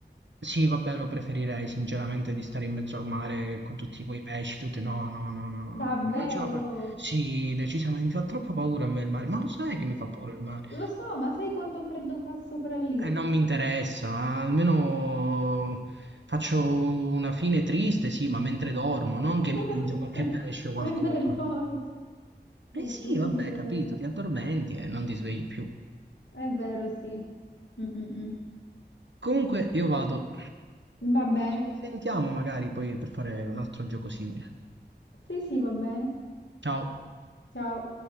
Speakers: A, on the right; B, on the left.
A: Sì, vabbè, lo preferirei sinceramente di stare in mezzo al mare con tutti quei pesci, tutti... No, no, no, no, no. no.
B: Davvero?
A: Non ce la fa... Sì, decisamente mi fa troppo paura a me il mare. Ma lo sai che mi fa paura il mare?
B: Lo so, ma sai quanto freddo fa sopra lì?
A: E non mi interessa, almeno faccio una fine triste, sì, ma mentre dormo, non
B: <laughs>
A: che mi mangio qualche pesce o qualcosa,
B: Mentre dormi.
A: no? Eh
B: Che
A: sì,
B: ridere.
A: vabbè, capito, ti addormenti e non ti svegli più.
B: È vero, sì. Mm, mm,
A: Comunque, io vado.
B: mm. Va bene.
A: Ci risentiamo magari poi per fare un altro gioco simile.
B: Sì, sì, va bene.
A: Ciao.
B: Ciao.